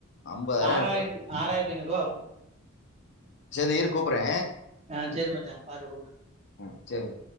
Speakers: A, on the left; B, on the right.
A: ஐம்பதாயிரோ
B: ஆறாயிரத்தி
A: எனக்கு வருது
B: ஆறாயிரத்தி ஐநூறுவா வரு
A: சேதி இரு கூப்புற்றே
B: ஆ சேரி மச்சா பாரு கூப்புடு
A: ம் சேரி